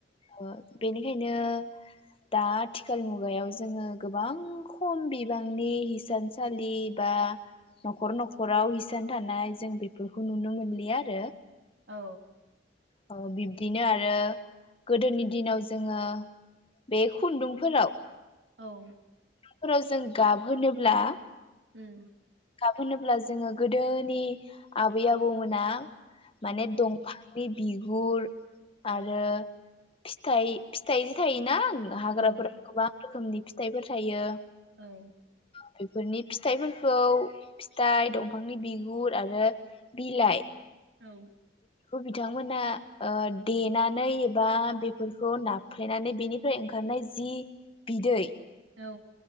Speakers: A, on the left; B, on the right.
A: ओ बेनिखायनो दा आथिखाल मुगायाव जोङो गोबां खम बिबांनि हिसानसालि बा नखर नखराव हिसान थानाय जों बेफोरखौ नुनो मोनलिया, आरो
B: औ
A: औ बिब्दिनो आरो गोदोनि दिनाव जोङो बे खुन्दुंफोराव
B: औ
A: फोराव जों गाब होनोब्ला
B: उम
A: गाब होनोब्ला जोङो गोदोनि आबै आबौमोना माने
B: उम
A: दंफां नि बिगुर
B: औ
A: आरो फिथाय फिथाइ जि थायोना हाग्राफोराव
B: औ
A: गोबां रोखनि फिथाइफोर थायो।
B: औ
A: बेफोरनि फिथाइफोरखौ फिथाइ दंफांनि बिगुर आरो बिलाइ
B: औ
A: खौ बिथांमोना ओ देनानै एबा बेफोरखौ नाफ्लेनानै बेनिफ्राय ओंखारनाय जि बिदै
B: औ